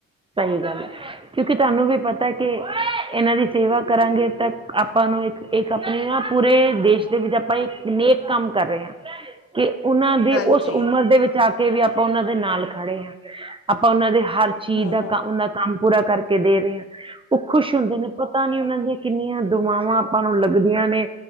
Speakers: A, on the right; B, on the left.
A: ਸਹੀ ਗੱਲ ਹੈ ਕਿਉਂਕਿ ਤੁਹਾਨੂੰ ਵੀ ਪਤਾ ਕਿ ਇਹਨਾਂ ਦੀ ਸੇਵਾ ਕਰਾਂਗੇ ਤਾਂ ਆਪਾਂ ਨੂੰ ਇੱਕ ਇੱਕ ਆਪਣੇ ਨਾ ਪੂਰੇ ਦੇਸ਼ ਦੇ ਵਿੱਚ ਆਪਾਂ ਇੱਕ ਨੇਕ ਕੰਮ ਕਰ ਰਹੇ ਆ, ਕਿ ਉਹਨਾਂ ਦੀ
B: ਹਾਂਜੀ
A: ਉਸ ਉਮਰ ਦੇ ਵਿੱਚ ਆ ਕੇ ਵੀ ਆਪਾਂ ਉਹਨਾਂ ਦੇ ਨਾਲ ਖੜੇ ਹਾਂ। ਆਪਾਂ ਉਹਨਾਂ ਦੇ ਹਰ ਚੀਜ਼
B: ਹਮ
A: ਦਾ
B: ਹਮ
A: ਕ- ਉਹਨਾਂ ਕੰਮ ਪੂਰਾ ਕਰਕੇ ਦੇ ਰਹੇ ਆ ਉਹ ਖੁਸ਼ ਹੁੰਦੇ ਨੇ ਪਤਾ ਨੀ ਉਹਨਾਂ ਦੀਆਂ ਕਿੰਨੀਆਂ ਦੁਆਵਾਂ ਆਪਾਂ ਨੂੰ ਲੱਗਦੀਆਂ ਨੇ